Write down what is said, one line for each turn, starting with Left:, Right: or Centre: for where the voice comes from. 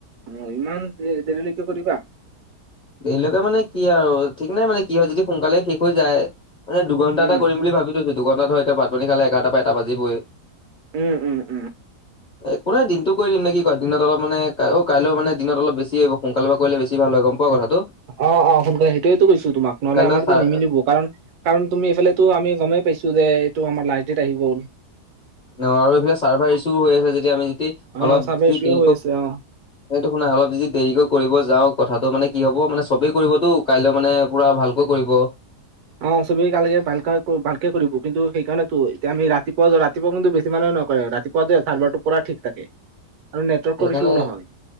Right: অ ইমান দে দেৰি লৈকে কৰিবা?
Left: দেৰিলৈকে মানে কি আৰু ঠিক নাই মানে কি হয় যদি সোনকালে শেষ হৈ যায়। মানে দুঘণ্টা
Right: উম
Left: এটা কৰিম বুলি ভাবি থৈছো দুঘণ্টা ধ এতিয়া ভাতপানী খালে এঘাৰটা পৰা এটা বাজিবই-
Right: উম উম
Left: <inaudible>
Right: উম।
Left: এ একো নাই দিনটো কৰি দিম নে কি কয় দিনত অলপ মানে অ কাইলৈ মানে দিনত অলপ বেছি সোনকালে পৰা কৰিলে বেছি ভাল হয় গম কোৱা কথাটো
Right: অ অ সোনকালে সেইটোৱেতো কৈছো তোমাক নহ'লে
Left: কাইলৈ
Right: আমাৰতো
Left: চাৰে
Right: নিমিলিব কাৰণ কাৰণ তুমি এইফালেতো আমি গমেই পাইছো যে এইটো আমাৰ লাষ্ট ডেট আহি গ'ল-
Left: অ আৰু এইফিলাক চাৰ্ভাৰ ইছুও হৈ আছে যেতিয়া আমি যদি
Right: অ
Left: অলপ
Right: চাৰ্ভাৰ
Left: যি
Right: ইছ্যু
Left: দেৰিকোক
Right: হৈ আছে
Left: সেইটো
Right: অ
Left: শুনা অলপ যদি দেৰিকৈ কৰিব যাওঁ কথাটো মানে কি হব মানে চবেই কৰিবটো কাইলৈ মানে পুৰা ভালকৈ কৰিব-
Right: অ চবেই কালে ভালকই ভালকে কৰিব কিন্তু সেইকাৰণেতো এতিয়া আমি ৰাতিপুৱা য ৰাত- ৰাতিপুৱা কিন্তু বেছি মানুহে নকৰে ৰাতিপুৱা যে চাৰ্ভাৰ টো কৰা ঠিক থাকে আৰু নেটৱৰ্কৰ
Left: সেইকাৰণে
Right: ইছ্যুও নহয়।